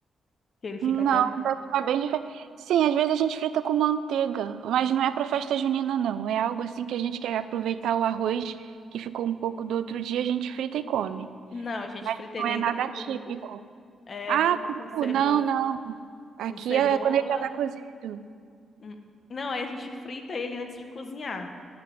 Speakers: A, on the left; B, on the right.
A: que ele fica
B: Não,
A: até
B: vai ficar bem diferente. Sim, às vezes a gente frita com manteiga, mas não é para festa junina, não. É algo assim que a gente quer aproveitar o arroz que ficou um pouco do outro dia, a gente frita e come.
A: Não, a gente
B: Mas
A: frita ele
B: não é
A: ainda
B: nada
A: cru,
B: típico.
A: é,
B: Ah,
A: com,
B: cru?
A: com, cebo...
B: Não, não. Aqui
A: com cebola.
B: é quando ele já está cozido.
A: Hum. Não, aí a gente frita ele antes de cozinhar.